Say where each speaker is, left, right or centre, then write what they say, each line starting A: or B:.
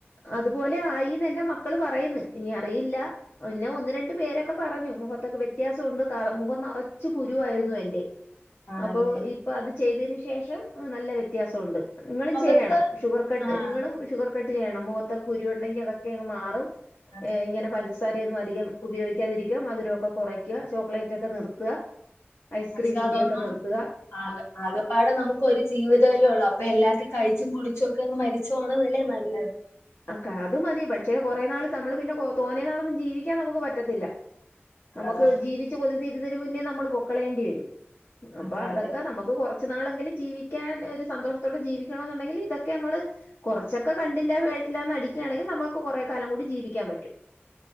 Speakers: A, on the left (about 65°); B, on the left (about 85°).
A: അതുപോലെ ആയിന്ന് എന്റെ മക്കള് പറയുന്നു ഇനി അറിയില്ല. പിന്നെ ഒന്ന് രണ്ട് പേരൊക്കെ പറഞ്ഞു മുഖത്തൊക്കെ വ്യത്യാസയുണ്ട്, ക മുഖം നെറച്ചു കുരുയായിരുന്നു എന്റെ.
B: ആണല്ലേ
A: അപ്പൊ ഇപ്പൊ അത് ചെയ്യതിന് ശേഷം നല്ല വ്യത്യാസമുണ്ട്, നിങ്ങളും
B: മുഖത്ത്
A: ചെയ്യണം ഷുഗർ. കട്ട്
B: ആഹ്
A: നിങ്ങളും ഷുഗർ കട്ട് ചെയ്യണം, മുഖത്തൊക്കെ കുരു ഉണ്ടെങ്കിൽ അതൊക്കെ മാറും
B: അതെ
A: ഇങ്ങനെ പര പഞ്ചസാരയെന്നും അധികം ഉപയോഗിക്കാതിരിക്കുക മധുരയൊക്കെ കുറയ്ക്കുക, ചോക്ലേറ്റ് ഒക്കെ നിർത്തുക. ഐസ്ക്രീം
B: <unintelligible>
A: കുടിയൊക്കെ നിർത്തുക
B: ആഹ് ആകപ്പാടെ നമുക്ക് ഒരു ജീവിതമല്ലേ ഉള്ളൂ, അപ്പൊ എല്ലാത്തും കഴിച്ചും കുടിച്ചും ഒക്കെ അങ്ങ് മരി ചോണല്ലെ നല്ലത്
A: ആഹ് അത് മതി പക്ഷേ കുറെ നാൾ നമ്മള് പിന്നെ തോന്നേ നാളൊന്നും ജീവിക്കാൻ നമുക്ക് പറ്റത്തില്ല. നമുക്ക്
B: ആഹ്
A: ജീവിച്ചു കൊതി തീരുന്നതിന് മുന്നേ നമ്മള് പോക്കളേണ്ടി വരും, അപ്പൊ
B: അതെ
A: അതൊക്കെ
B: അതെ
A: നമുക്ക് കുറ ച്ച് നാൾ എങ്കിലും ജീവിക്കാൻ ഒരു സന്തോഷത്തോടെ ജീവിക്കണം എന്ന് ഉണ്ടെങ്കിൽ ഇതൊക്കെ നമ്മള്. കുറച്ചൊക്കെ കണ്ടില്ല കേട്ടില്ല നടിക്കുകയാണെങ്കിൽ നമ്മുക്ക് കുറെ കാലം കൂടി ജീവിക്കാൻ പറ്റും.